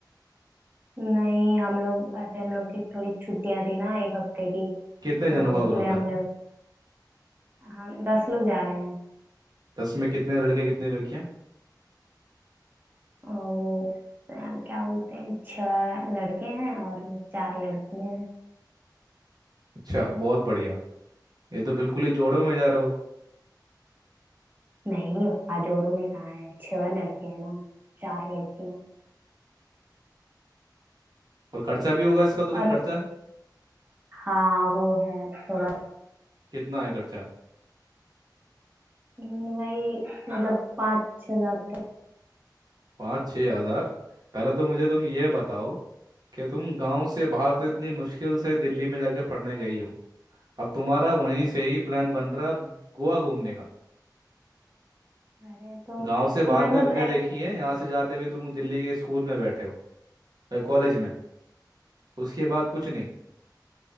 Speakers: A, on the right; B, on the right.
A: नहीं हम लोग ऐसे हम लोग की थोड़ी छुट्टियां थी ना एक हफ्ते की
B: कितने
A: तो
B: जनों का
A: इसलिए
B: ग्रुप
A: हम
B: है
A: लोग हम दस लोग जा रहे हैं
B: दस में कितने लड़के कितनी लड़कियां
A: और अ, क्या बोलते हैं छह लड़के हैं और चार लड़कियां हैं
B: अच्छा बहुत बढ़िया ये तो बिल्कुल ही जोड़ों में जा रहे हो
A: नहीं पापा जोड़ों में कहाँ है छह लड़के हैं ना चार लड़कियां हैं।
B: और खर्चा भी होगा इसका तो फिर
A: और
B: खर्चा
A: हाँ वो है थोड़ा
B: कितना है खर्चा
A: हम्म, वही मतलब पाँच छह हजार तक
B: पाँच छः हज़ार पहले तो मुझे तुम ये बताओ कि तुम गांव से बाहर तो इतनी मुश्किल से दिल्ली में जाके पढ़ने गई हो अब तुम्हारा वहीं से ही प्लान बन रहा है अब गोवा घूमने का
A: अरे तो
B: गांव से बाहर
A: मतलब
B: कोई दुनिया देखी है यहाँ से जाते हुए तुम दिल्ली के स्कूल में बैठे हो कॉलेज में उसके बाद कुछ नहीं